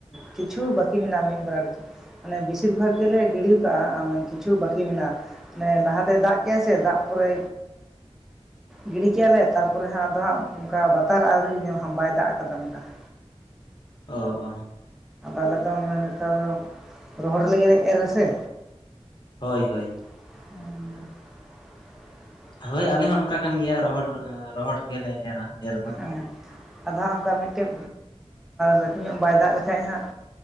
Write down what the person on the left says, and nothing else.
ᱚ ᱚ
ᱦᱳᱭ ᱦᱳᱭ
ᱦᱳᱭ ᱟᱞᱮ ᱦᱚᱸ ᱚᱱᱠᱟ ᱠᱟᱱ ᱜᱮᱭᱟ ᱨᱚᱦᱚᱲ ᱨᱚᱦᱚᱲ ᱜᱮᱞᱮ ᱮᱨᱟ ᱮᱨ ᱫᱚ ᱾